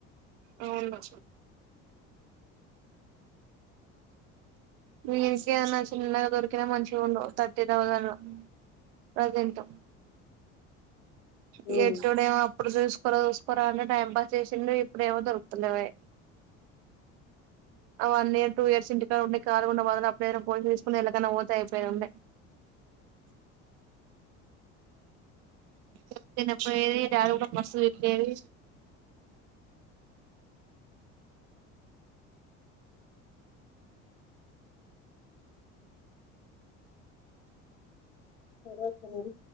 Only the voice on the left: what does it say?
ఉమ్
సరే అక్క మరి